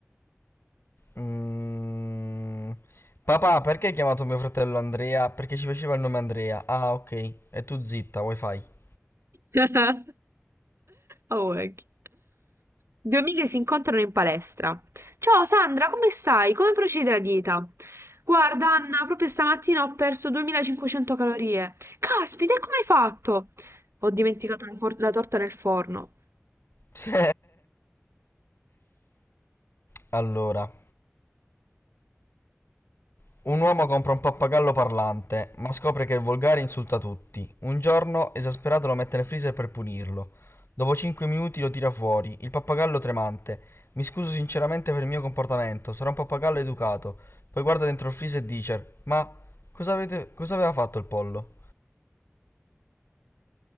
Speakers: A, on the left; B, on the right.
A: Mm, Papà, perché hai chiamato mio fratello Andrea? Perché ci faceva il nome Andrea. Ah, ok. E tu zitta, wifi. <laughs>
B: <laughs> Awake. Due amiche si incontrano in palestra. Ciao Sandra, come stai? Come procede la dieta? Guarda Anna, proprio stamattina ho perso 2500 calorie. Caspita, e come hai fatto? Ho dimenticato la, for- la torta nel forno.
A: Sì. Allora, Un uomo compra un pappagallo parlante, ma scopre che è volgare e insulta tutti. Un giorno, esasperato, lo mette nel freezer per punirlo. Dopo 5 minuti lo tira fuori, il pappagallo tremante. Mi scuso sinceramente per il mio comportamento, sarà un pappagallo educato. Poi guarda dentro il freezer e dice: Ma cosa, avete, cosa aveva fatto il pollo?